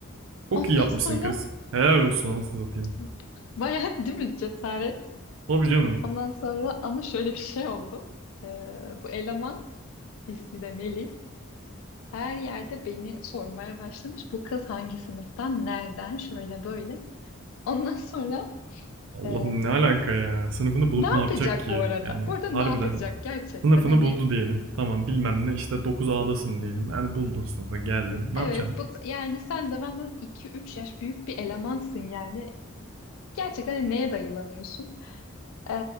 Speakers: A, on the right; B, on the left.
A: Çok
B: Ondan
A: iyi yapmışsın
B: sonra
A: kız. Helal olsun anasını satayım.
B: <laughs> bayağı değil mi cesaret?
A: Tabii canım.
B: Ondan sonra ama şöyle bir şey oldu. Ee, bu eleman ismi de Melih. Her yerde beni sormaya başlamış. Bu kız hangi sınıftan, nereden, şöyle böyle. Ondan sonra
A: Allah'ım
B: ee,
A: ne alaka ya. Sınıfını bulup
B: ne yapacak
A: ne yapacak ki?
B: bu arada?
A: Yani
B: Bu arada ne
A: harbiden
B: yapacak gerçekten?
A: sınıfını
B: Hani
A: buldu diyelim. Tamam bilmem ne işte dokuz adasın diyelim. Yani buldun sınıfını geldin. Ne
B: Evet,
A: yapacaksın?
B: bu yani sen de benden iki üç yaş büyük bir elemansın yani. Gerçekten hani neye dayılanıyorsun? Ee,